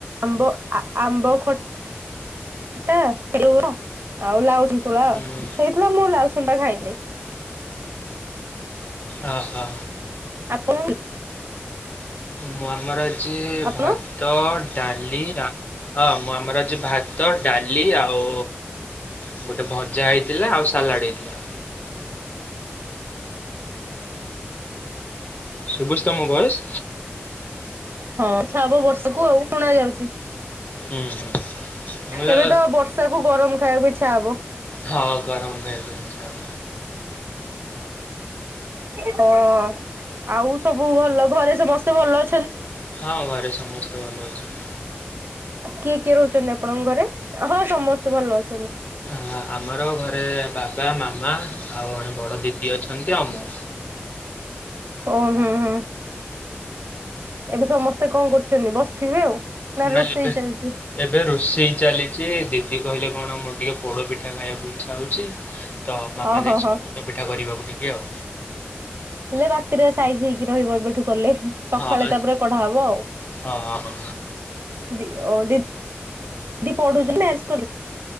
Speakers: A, on the right; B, on the left.
A: ଆମ୍ବ ଆ ଆମ୍ବ ଖଟା <unintelligible> ଆଉ ଲାଉସନ ନ୍ତୁଳା
B: ହୁଁ।
A: ହେଇଥିଲା। ମୁଁ ଲାଉ ସନ୍ତୁଳା ଖାଇନି?
B: ଓ ହୋ।
A: ଆପ। <unintelligible>
B: ମୁଁ ଆମର ଯେ
A: ଆପଣ
B: ଭାତ, ଡାଲି ହଁ ମୁଁ ଆମର ଅଛି ଭାତ, ଡାଲି ଆଉ ଗୋଟେ ଭ ଜା ହେଇଥିଲା ଆଉ ସାଲାଡ଼ ହେଇଥିଲା। ସବୁଚି ତମ ମୋ ଭଏସ୍।
A: ହଁ ସାବ ବର୍ଷକୁ ଆଉ ଶୁଣା ଯାଉଛି।
B: ହୁଁ ହୁଁ। ମୁଁ କହିଲି
A: ଏବେ ତ ବର୍ଷାକୁ ଗରମ ଖାଇବାକୁ ଇଚ୍ଛା ହବ।
B: ହଁ ଗରମ ଖାଇବାକୁ ଇଚ୍ଛା ହବ।
A: ହ ଆଉ ସବୁ ଭଲ ଘରେ ସମସ୍ତେ ଭଲ ଅ
B: ହଁ ଘରେ ସମସ୍ତେଭଲ ଅଛି।
A: କିଏ କିଏ ରହୁଛନ୍ତି ଆପଣଙ୍କ ଘରେ? ହଁ ସମସ୍ତେ ଭଲ ଅଛ
B: ଅ ଆମର ଘରେ ବା ପା ମାମା ଆଉ ଜଣେ ବଡ ଦିଦି ଅଛନ୍ତି ଆଉ ମୁଁ।
A: ଓ ହୁଁ ହୁଁ। ଏବେ ସମସ୍ତେ କଣ କରୁଛନ୍ତି ବସିଥିବେ ଆଉ। ନା ରୋଷେଇ
B: ନାଇ ଏବେ
A: ଚାଲିଛି
B: ଏବେ ରୋଷେଇ ଚାଲିଛି ଦି ଦି କହିଲେ କଣ ମୋର ଟିକେ ପୋଡ଼ ପିଠା ଖାଇବାକୁ ଇଛା ହଉଛି ତ ମାମା
A: ହଁ ହଁ
B: ଯାଇଛନ୍ତି
A: ହଁ
B: ପୋଡ ପିଠା କରିବାକୁ ଟିକେ ଆଉ।
A: ହେଲେ ରାତିରେ ସା ରହିବ ଏବେଠୁ କଲେ। ସଖାଳେ
B: ହଁ
A: ତାପରେ କଢା ହବ ଆଉ।
B: ହଁ ହଁ।
A: ଦି ଆ ଦି ଦି ପଢୁଛନ୍ତି ମ୍ୟରଜ କଲେ?